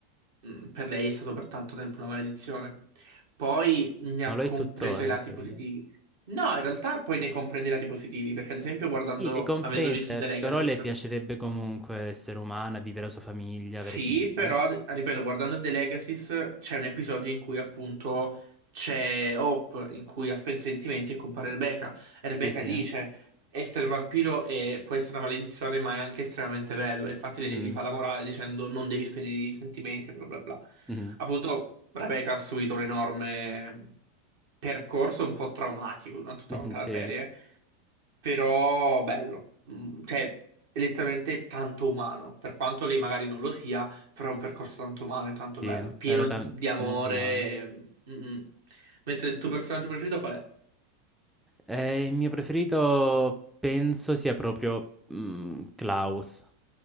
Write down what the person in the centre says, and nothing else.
ma
lo
è tuttora
in teoria.
Sì, le comprende,
però le piacerebbe comunque essere umana, vivere la sua famiglia,
avere figli.
Sì,
sì.
Mhm,
mhm,
mhm, Sì,
sì,
era tan-
molto umana.
Eh, il mio preferito penso sia proprio mm, Klaus.